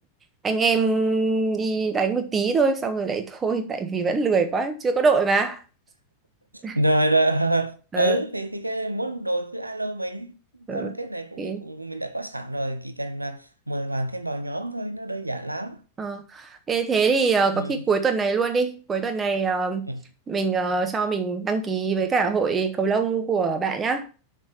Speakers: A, on the right; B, on the right.
A: anh em đi đánh một tí thôi xong rồi lại <laughs> thôi tại vì vẫn lười quá, chưa có đội mà. <laughs>
B: rồi rồi rồi. <laughs>
A: Ờ,
B: ừ thì thì cái muốn đổi cứ alo mình đó
A: ờ,
B: là cái này cũng
A: ok.
B: cũng mình đã có sẵn rồi chỉ cần là mời bạn thêm vào nhóm thôi nó đơn giản lắm
A: Ờ, ê, thế thì ờ, có
B: ừ.
A: khi cuối tuần này luôn đi. Cuối tuần này ờ,
B: ừ.
A: mình ờ, cho mình đăng ký với cả hội cầu lông của bạn nhá.